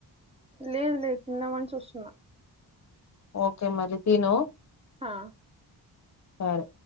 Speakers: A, on the right (about 15°); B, on the left (about 40°).
A: లేదు లేదు తిన్నామని చూస్తున్నా
B: ఓకే మరి తిను
A: హా
B: సరే